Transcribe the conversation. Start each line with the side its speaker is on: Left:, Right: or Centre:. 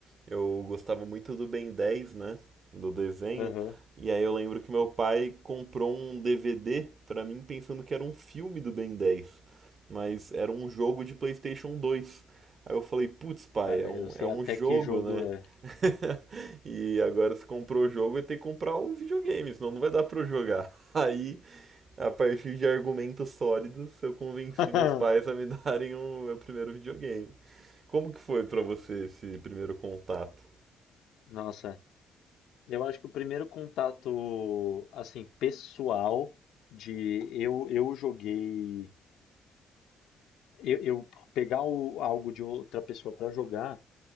Right: Eu gostava muito do Ben 10, né? Do desenho.
Left: Aham.
Right: E aí eu lembro que meu pai comprou um DVD pra mim pensando que era um filme do Ben 10, mas era um jogo de PlayStation 2. Aí eu falei, putz, pai,
Left: Cara,
Right: é um,
Left: eu sei
Right: é um
Left: até
Right: jogo,
Left: que jogo
Right: né?
Left: é.
Right: <laughs> E agora se comprou o jogo, eu tenho que comprar o videogame, senão não vai dar pra eu jogar. <laughs> Aí, a partir de argumentos sólidos, eu convenci
Left: <laughs>
Right: meus pais a me <laughs> darem o meu primeiro videogame. Como que foi pra você esse primeiro contato?
Left: Nossa, eu acho que o primeiro contato, assim, pessoal de eu eu joguei, eu, eu pegar o- algo de outra pessoa pra jogar